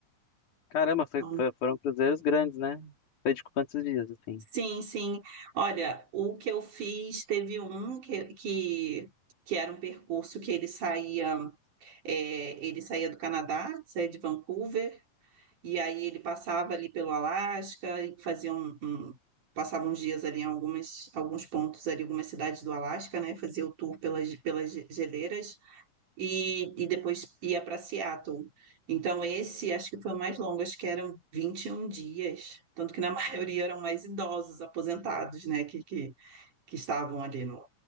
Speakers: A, on the left; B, on the right.
A: Caramba,
B: Então,
A: foi- foi- foram cruzeiros grandes, né? Foi de quantos dias, assim?
B: Sim, sim. Olha, o que eu fiz, teve um que, que, que era um percurso que ele saía, é, ele saía do Canadá, saía de Vancouver, e aí ele passava ali pelo Alasca e fazia um, um- passava uns dias ali em algumas, alguns pontos ali, algumas cidades do Alasca, né? Fazia o tour pelas, pelas geleiras e, e depois ia para Seattle. Então, esse acho que foi o mais longo, acho que eram 21 dias. Tanto que na <laughs> maioria eram mais idosos, aposentados, né, que, que, que estavam ali no,